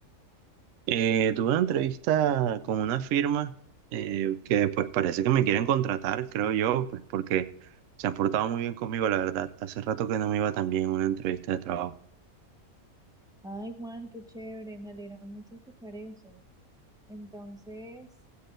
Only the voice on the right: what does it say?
Eh, tuve una entrevista con una firma eh, que pues parece que me quieren contratar, creo yo, pues porque se han portado muy bien conmigo, la verdad. Hace rato que no me iba tan bien en una entrevista de trabajo.